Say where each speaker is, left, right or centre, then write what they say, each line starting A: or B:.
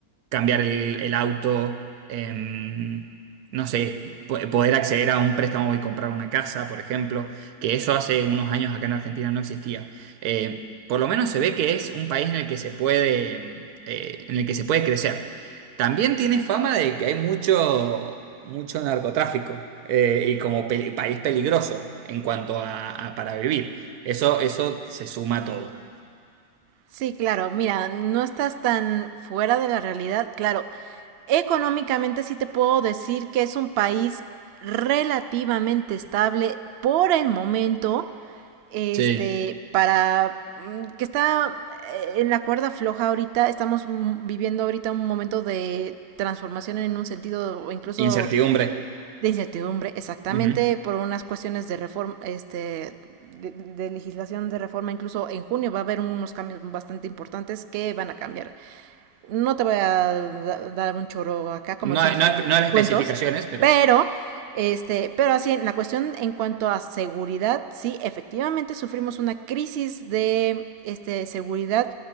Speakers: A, on the right; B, on the right.
A: cambiar el, el auto, em, no sé, po- poder acceder a un préstamo y comprar una casa, por ejemplo, que eso hace unos años acá en Argentina no existía. Eh, por lo menos se ve que es un país en el que se puede, em, eh, en el que se puede crecer. También tiene fama de que hay mucho, mucho narcotráfico eh, y como pe- país peligroso en cuanto a, a para vivir. Eso, eso se suma a todo.
B: Sí, claro, mira, no estás tan fuera de la realidad, claro, Económicamente sí te puedo decir que es un país relativamente estable por el momento, este,
A: Sí.
B: para mm, que está eh, en la cuerda floja ahorita, estamos mm, viviendo ahorita un momento de transformación en un sentido o incluso
A: Incertidumbre.
B: de incertidumbre, exactamente
A: Ujú.
B: por unas cuestiones de reforma, este, de, de legislación de reforma, incluso en junio va a haber unos cambios bastante importantes que van a cambiar no te voy a da- dar un choro acá, como
A: No,
B: decimos,
A: hay- no,
B: un
A: hay- no hay las
B: cuentos,
A: especificaciones, pero...
B: pero, este, pero así, en la cuestión en cuanto a seguridad, sí, efectivamente sufrimos una crisis de, este, seguridad